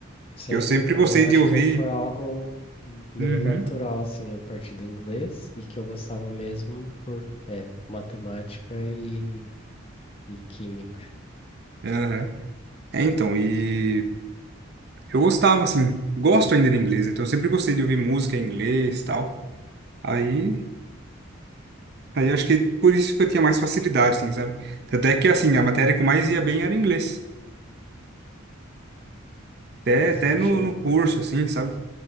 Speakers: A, on the left; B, on the right.
A: Sim,
B: Que eu sempre
A: pra
B: gostei
A: mim eu acho
B: de ouvir.
A: que foi algo meio
B: Uhum.
A: natural, assim, a partir do inglês e que eu gostava mesmo por é, matemática e, e química.
B: Aham. É, então, e eu gostava assim, gosto ainda de inglês, então eu sempre gostei de ouvir música em inglês, e tal. Aí, aí acho que por isso que eu tinha mais facilidade, assim, sabe? Tanto é que assim, a matéria que eu mais ia bem era inglês. Até,
A: Faz
B: até
A: sentido.
B: no, no curso, assim, sabe?